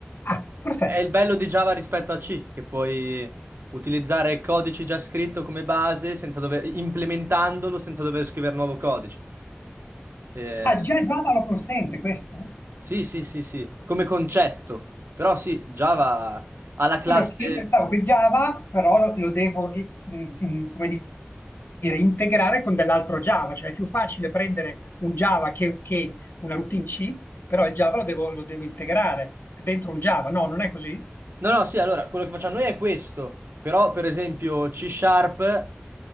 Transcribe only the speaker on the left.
Ah, perfetto.
Ah, già Java lo consente questo?
Scusa, io pensavo che Java però lo, lo devo, eh, in- in- come di- dire, integrare con dell'altro Java, cioè è più facile prendere un Java che, che una routine C, però il Java lo devo, lo devo integrare dentro un Java. No, non è così?